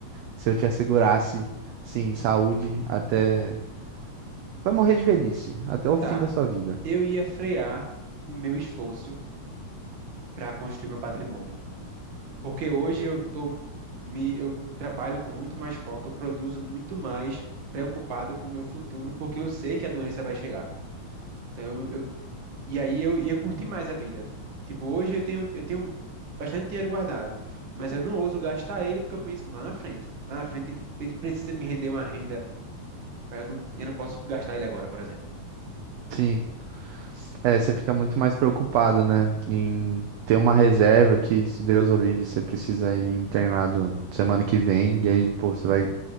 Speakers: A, on the right (about 75°); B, on the right (about 50°).
A: se eu te assegurasse, sim, saúde até. Vai morrer de velhice, até o fim
B: tá.
A: da sua vida.
B: Eu ia frear o meu esforço para construir meu patrimônio. Porque hoje eu tô me eu trabalho com muito mais foco, eu produzo muito mais preocupado com o meu futuro, porque eu sei que a doença vai chegar. Então eu, eu- e aí eu ia curtir mais a vida. Tipo, hoje eu tenho eu tenho bastante dinheiro guardado, mas eu não ouso gastar ele porque eu penso lá na frente. Lá na frente ele, ele precisa me render uma renda, pra eu não, eu não posso gastar ele agora, por exemplo.
A: Sim. É, você fica muito mais preocupado, né? Em ter uma reserva que, se Deus o livre, você precisa ir internado semana que vem. E aí, pô, você vai